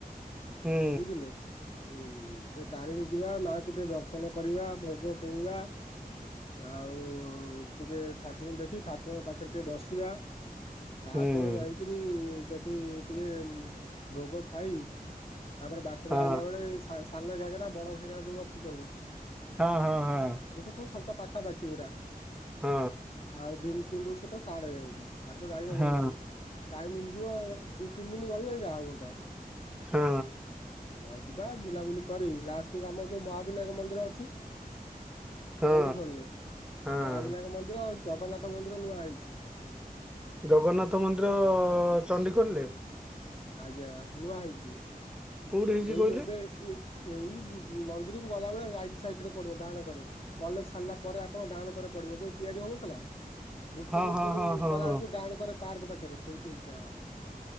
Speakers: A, in the centre; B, on the left (about 40°).
A: ହୁଁ
B: ବୁଝିଲେ ହୁଁ। ତାରିଣୀ ଯିବା ମାଆ କୁ ଟିକେ ଦର୍ଶନ କରିବା ଭୋଗ କିଣିବା। ଆଉ ଟିକେ ଠାକୁରଙ୍କୁ ଦେଖି ଠାକୁରଙ୍କ ପାଖରେ ଟିକେ ବସିବା। ତାପରେ
A: ହୁଁ
B: ଯାଇକିରି ସେଠି ଟିକେ ଭୋଗ ଖାଇ ତାପରେ ବାଟରେ
A: ହଁ
B: ଆଇଲା ବେଳେ ସାନ ଘାଗେରା ବଡ ଘାଗେରା ଯୋଉ ଅଛି ସବୁ।
A: ହଁ ହଁ ହଁ।
B: ଏ ତ ସବୁଟା ପାଖାପାଖି ପୁରା
A: ହଁ
B: ଆଉ ଭୀମକୁଣ୍ଡ ରୁ ସେ ତ ସେଆଡେ଼ ଯାଇକି। ସାଡେତ ଯାଈହବନି
A: ହଁ
B: ଆଉ ଟାଇମ୍ ହେଇଯିବ ଦି ତିନି ଦିନ ଗଲେ ଯାଇ ଜାହା ହୁଅନ୍ତା।
A: ହୁଁ।
B: ଆଉ ଯିବା ବୁଲାବୁଲି କରି ଲାଷ୍ଟ କୁ ଆମର ଯୋଉ ମହାବିନାୟକ ମନ୍ଦିର ଅଛି।
A: ହଁ
B: ଚଣ୍ଡିଖୋଲରେ
A: ହଁ
B: ମହାବିନାୟକ ମନ୍ଦିର ଜଗନ୍ନାଥ ମନ୍ଦିର ନୂଆ ହେଇଛି।
A: ଜଗନ୍ନାଥ ମନ୍ଦିର ଚଣ୍ଡିଖୋଲରେ
B: ଆଜ୍ଞା ନୂଆ ହେଇଛି।
A: କୋଉଠି ହେଇଛି
B: ଏଇ
A: କହିଲେ
B: ଏବେ ଏଇ ମନ୍ଦିର କୁ ଗଲା ବେଳେ ରାଇଟ ସାଇଡ ରେ ପଡିବ ଡାହାଣ କରେ। କଲେଜ ସାରିଲା ପରେ ଆପଣ ଡାଣ କରେ ପଡିବ ଯୋଉ ତିଆରି ହଉନଥିଲା। ଭୁସୁନୁପୁର
A: ହଁ ହଁ ହଁ ହଁ
B: ଗଲାବେଳକୁ
A: ହଁ
B: ଡାହାଣ କରେ ପାର୍କ ପାଖରେ ସେଇଠି ହେଇକି ନା ହଁ